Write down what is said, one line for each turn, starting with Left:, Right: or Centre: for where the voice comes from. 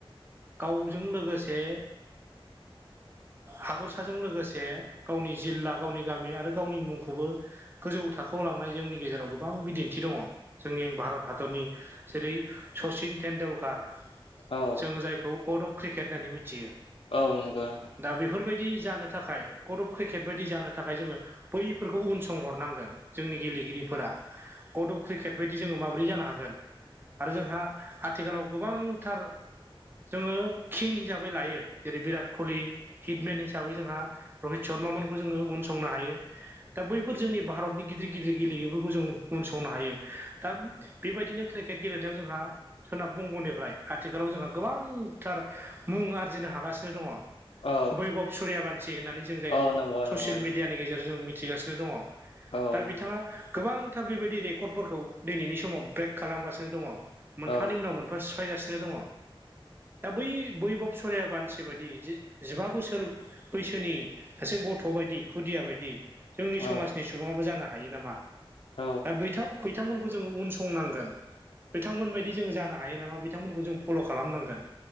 Right: गावजों लोगोसे हादरसाजों लोगोसे गावनि जिल्ला गावनि गामि आरो गावनि मुंखौबो गोजौ थाखोआव लांनाय जोंनि गेजेराव गोबां बिदिन्थि दङ जोंनि भारत हादरनि जेरै सचिन तटेडुलकार
Left: औ
Right: जोङो जायखौ गड अफ क्रिकेट होननानै मिथियो
Left: औ नंगो नोंथा
Right: दा बेफोरबायदि जानो थाखाय कर्ट अफ क्रिकेट बायदि जानो थाखाय जोङो बैफोरखौबो उन संहरनांगोन जोंनि गेलेगिरिफोरा गड अफ क्रिकेट बायदि जोङो माबोरै जानो हागोन आरो जोंहा आथिखालाव गोबांथार जोङो किं हिसाबै लायो जेरै बिराद कलि हिटमेन हिसाबै जोंहा रहित शर्मामोनखौ जोङो उनसंनो हायो दा बैफोर जोंनि भारतनि गिदिर गिदिर गेलेगिरिफोरखौ जों उसंनो हायो दा बेबायदिनो क्रिकेट गेलेनायाव जोंहा सोनाब बंग'निफ्राय आथिखालाव जोंहा गोबां थार मुं आरजिनो हागासिनो दङ
Left: औ
Right: बैभब सुरिया भानसि होननानै जों जायखौ
Left: औ नंगौ
Right: ससियेल
Left: नंगौ नंगौ
Right: मिडियानि गेजेरजों जों मिथिगासिनो दङ
Left: औ
Right: दा
Left: नंगौ
Right: बिथाङा गोबांथार बेबायदि रेकर्डफोरखौ दिनैनि समाव ब्रेक खालामगासिनो दङ मोनफानि
Left: औ
Right: उनाव मोनफा सिफायगासिनो दङ दा बै बैबब सरियाबानसि बायदि जे जिबा बोसोर बैसोनि सासे गथ' बायदि खुदिया बायदि जोंनि
Left: औ
Right: समाजनि सुबाबो जानो हायो नामा
Left: औ
Right: दाै बिथांमोनखौ जोङो उनसंनांगोन बिथांमोनबायायदि जों जानो हायो नामा बिथांमोनखौ जों फल' खालामनांगोन